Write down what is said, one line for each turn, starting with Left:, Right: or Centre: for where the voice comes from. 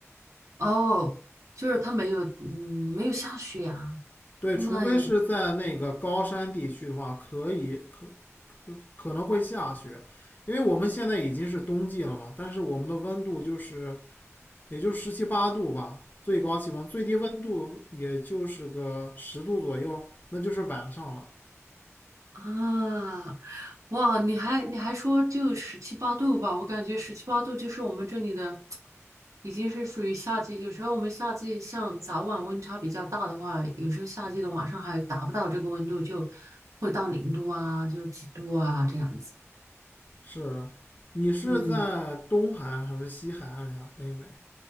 Right: 哦，就是它没有，嗯，没有下雪啊。
Left: 对，
Right: 那也
Left: 除非是在那个高山地区的话，可以可可能会下雪，因为我们现在已经是冬季了嘛，但是我们的温度就是也就十七八度吧，最高气温，最低温度也就是个十度左右，那就是晚上了。
Right: 啊，哇，你还你还说就十七八度吧？我感觉十七八度就是我们这里的，已经是属于夏季。有时候我们夏季像早晚温差比较大的话，有时候夏季的晚上还达不到这个温度，就会到零度啊，就是几度啊这样子。
Left: 是啊，你是在东海岸还是西海岸呀？
Right: 嗯。
Left: 北美。